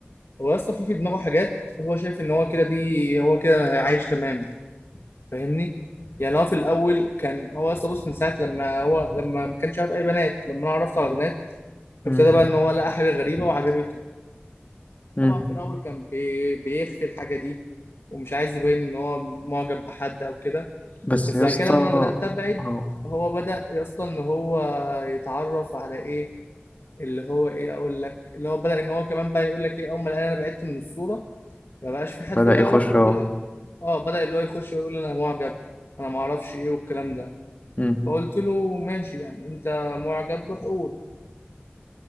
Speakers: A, on the left; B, on the left.
A: هو يا اسطى في في دماغه حاجات هو شايف ان هو كده دي هو كده عايش تمام فاهمني يعني هو في الاول كان هو يا اسطى بص من ساعه لما هو لما ما كانش عارف اي بنات لما انا عرفت على بنات
B: مم.
A: ابتدى بقى ان هو لقى حاجه غريبه وعجبته
B: مم.
A: طبعا في الاول كان بي... بيخفي الحاجه دي ومش عايز يبين ان هو معجب بحد او كده
B: بس
A: بس
B: يا
A: بعد
B: اسطى
A: كده لما انا بدات ابعد
B: اه
A: هو بدا يا اسطى ان هو يتعرف على ايه اللي هو ايه اقول لك اللي هو بدا ان هو كمان بقى يقول لك ايه اول ما لقاني انا بعدت من الصوره ما بقاش في حد
B: بدأ
A: يعرفه
B: يخش اهو
A: غير- اه بدا اللي هو يخش ويقول انا معجب انا ما اعرفش ايه والكلام ده
B: مم.
A: فقلت له ماشي يعني انت معجب بحقول